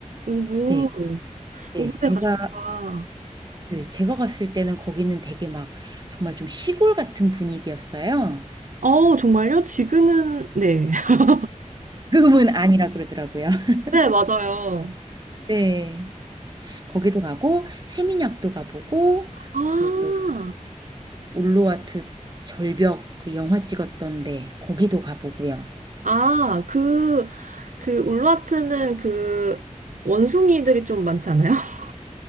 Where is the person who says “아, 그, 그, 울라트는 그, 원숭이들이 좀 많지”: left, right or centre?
Right